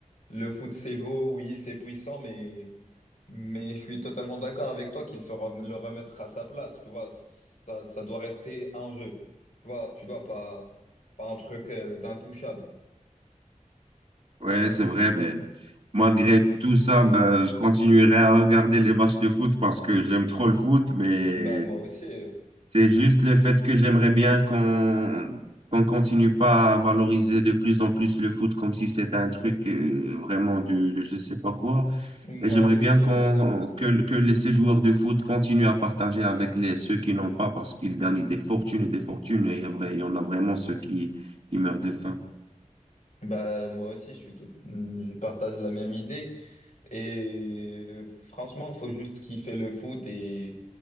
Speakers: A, on the left; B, on the right.
A: le foot, c'est beau, oui, c'est puissant, mais. Mais je suis totalement d'accord avec toi qu'il faut rem- le remettre à sa place. Tu vois, ça, ça doit rester un jeu. Tu vois, tu dois pas, pas un truc euh, d'intouchable.
B: Ouais, c'est vrai, mais Malgré tout ça, ben, je continuerai à regarder les matchs de foot parce que j'aime trop le foot, mais
A: Bah, moi aussi. euh,
B: c'est juste le fait que j'aimerais bien qu'on qu'on continue pas à valoriser de plus en plus le foot comme si c'était un truc euh, vraiment de, de je sais pas quoi.
A: Moi
B: Et j'aimerais
A: aussi,
B: bien qu'on,
A: moi aussi.
B: que, que les- ces joueurs de foot continuent à partager avec les, ceux qui n'ont pas parce qu'ils gagnent des fortunes et des fortunes et il y a vrai- il y en a vraiment ceux qui, qui meurent de faim.
A: Bah, moi aussi, je suis tout, je partage la même idée. Et euh, franchement, faut juste kiffer le foot et,